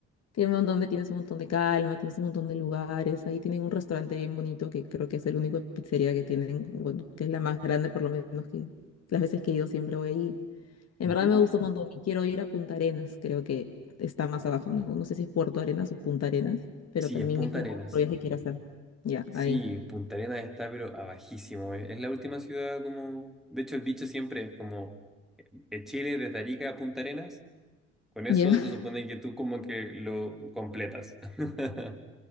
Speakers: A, on the left; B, in the centre.
A: Tiene un montón de, tienes un montón de calma, tienes un montón de lugares. Ahí tienen un restaurante bien bonito que creo que es el único pizzería que tienen, bueno, que es la más grande por lo menos que las veces que he ido siempre voy ahí. En
B: Ujú.
A: verdad me gusta un montón y quiero ir a Punta Arenas, creo que está más abajo, no, no sé si es Puerto Arenas o Punta Arenas, pero
B: Sí,
A: también
B: es Punta
A: es como
B: Arenas.
A: otro viaje que quiero hacer. Ya,
B: Sí,
A: ahí.
B: Punta Arenas está pero abajísimo. Es, es la última ciudad como... De hecho, el dicho siempre es como de Chile desde Arica a Punta Arenas. Con eso
A: Ya.
B: se supone que tú como que lo completas. <laughs>